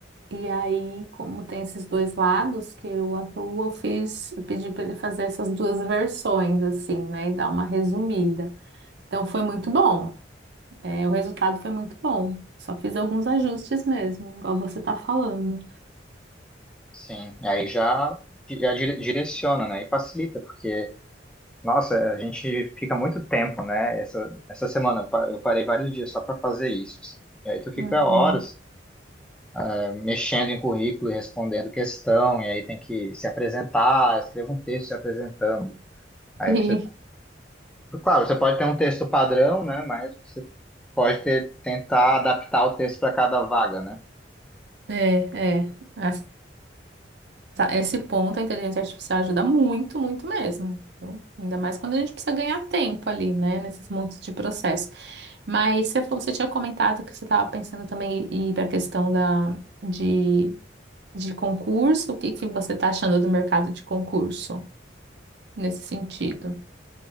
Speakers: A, on the right; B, in the centre.
A: E aí, como tem esses dois lados que eu atuo, eu fiz, eu pedi para ele fazer essas duas versões, assim, né, e dar uma resumida. Então, foi muito bom. Eh, o resultado foi muito bom. Só fiz alguns ajustes mesmo, igual você está falando.
B: Sim, e aí já, já dire- direciona, né? E facilita, porque, nossa, a gente fica muito tempo, né? Essa, essa semana eu pa- eu parei vários dias só para fazer isso, assim. E aí tu fica
A: Uhum.
B: horas eh, mexendo em currículo e respondendo questão, e aí tem que se apresentar, escreva um texto se apresentando. Aí
A: Sim,
B: você, claro, você pode ter um texto padrão, né? Mas você pode ter, tentar adaptar o texto para cada vaga, né?
A: é, é. Essa- Esse ponto a inteligência artificial ajuda muito, muito mesmo. Então, ainda mais quando a gente precisa ganhar tempo ali, né, nesses montes de processo. Mas você falou, você tinha comentado que você estava pensando também em ir para a questão da, de, de concurso. O que que você está achando do mercado de concurso nesse sentido?